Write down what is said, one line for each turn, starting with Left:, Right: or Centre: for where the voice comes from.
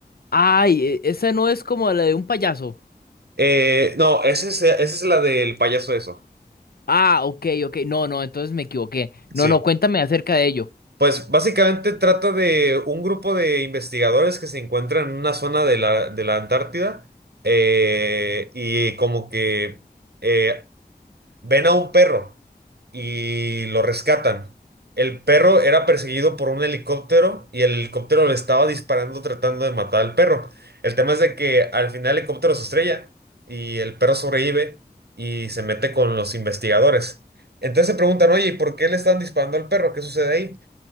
Left: Ay, e- esa no es como la de un payaso.
Right: Eh, no, esa es, esa es la del payaso eso.
Left: Ah, ok, ok, no, no, entonces me equivoqué.
Right: Sí.
Left: No, no, cuéntame acerca de ello.
Right: Pues básicamente trata de un grupo de investigadores que se encuentran en una zona de la, de la Antártida eh, y como que eh, ven a un perro y lo rescatan. El perro era perseguido por un helicóptero y el helicóptero le estaba disparando tratando de matar al perro. El tema es de que al final el helicóptero se estrella y el perro sobrevive y se mete con los investigadores. Entonces se preguntan, oye, ¿y por qué le están disparando al perro? ¿Qué sucede ahí?